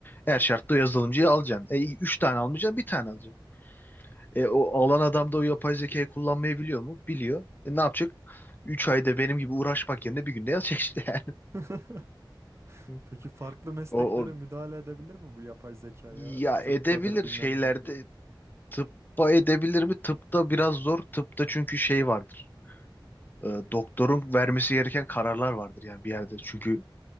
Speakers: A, on the left; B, on the right.
A: Her şartta o yazılımcıyı alacaksın. E, üç tane almayacaksın, bir tane alacaksın. E, o alan adam da o yapay zekayı kullanmayı biliyor mu? Biliyor. E, ne yapacak? 3 ayda benim gibi uğraşmak yerine bir günde yazacak işte <laughs> yani.
B: <laughs>
A: Hı.
B: Peki farklı mesleklere
A: O, o
B: müdahale edebilir mi bu yapay zekaya?
A: ya
B: Tıbbadır
A: edebilir
B: bilmem
A: şeylerde
B: nedir.
A: tıbba edebilir mi? Tıpta biraz zor. Tıpta çünkü şey vardır. E, doktorun vermesi gereken kararlar vardır yani bir yerde. Çünkü